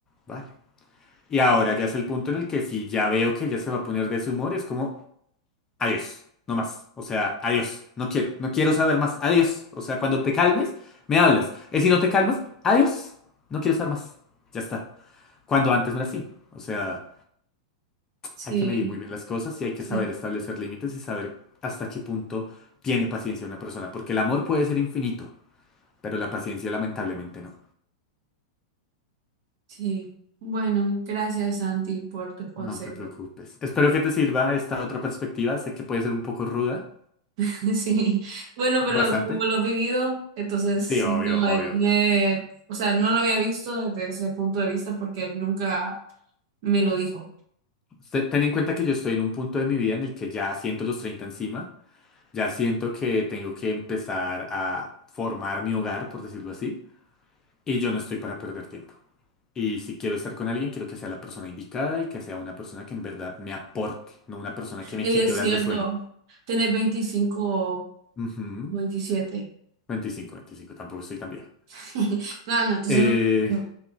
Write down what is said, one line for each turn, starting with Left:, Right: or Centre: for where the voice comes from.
Left: vale. Y ahora ya es el punto en el que si ya veo que ella se va a poner de ese humor, es como... adiós, no más. O sea, adiós, no quiero, no quiero saber más, adiós. O sea, cuando te calmes, me hablas. Y si no te calmas, adiós, no quiero saber más. Ya está. Cuando antes no era así. O sea,
Right: Sí,
Left: hay que medir muy bien las cosas y hay que saber
Right: sí,
Left: establecer límites y saber hasta qué punto tiene paciencia una persona. Porque el amor puede ser infinito, pero la paciencia lamentablemente no.
Right: sí. Bueno, gracias, Santi, por tus consejos.
Left: No te preocupes. Espero que te sirva esta otra perspectiva. Sé que puede ser un poco ruda.
Right: <laughs> Sí, bueno, pero
Left: Bastante.
Right: como lo has vivido, entonces
Left: Sí,
Right: sí,
Left: obvio,
Right: no
Left: obvio.
Right: lo he, no he- o sea, no lo había visto desde ese punto de vista porque él nunca me lo dijo.
Left: Te- Ten en cuenta que yo estoy en un punto de mi vida en el que ya siento los 30 encima, ya siento que tengo que empezar a formar mi hogar, por decirlo así, y yo no estoy para perder tiempo. Y si quiero estar con alguien, quiero que sea la persona indicada y que sea una persona que en verdad me aporte, no una persona que me
Right: Y
Left: quite
Right: es
Left: horas
Right: cierto,
Left: de sueño.
Right: tenés 25 o
Left: Ujú.
Right: 27.
Left: veinticinco, 25, tampoco estoy tan viejo.
Right: <laughs> No, no, entonces
Left: Eh,
Right: no. yo,